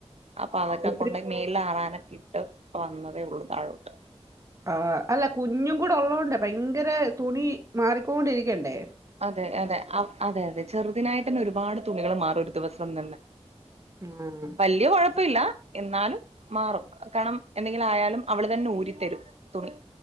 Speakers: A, on the right; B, on the right.
A: അപ്പൊ അതൊക്കെ
B: ഒത്തിരി
A: കൊണ്ടോയി മേലാറാന ഇട്ട് വന്നതേയുള്ളു താഴോട്ട്
B: ആഹ് അല്ല കുഞ്ഞും കൂടെ ഉള്ളോണ്ട് ഭയങ്കരെ തുണി മാറിക്കോണ്ടിരിക്കെണ്ടേ
A: അതെ അതെ അപ് അതെയതെ ചെറുതിനായി ട്ടന്നെ ഒരുപാട് തുണികള് മാറും ഒരു ദിവസം തന്നെ
B: ഉം.
A: വല്ല്യാ കൊഴപ്പയില്ല എന്നാലും മാറും കാണം എന്തെങ്കിലായാലും അവള് തന്നെ ഊരിത്തരും തുണി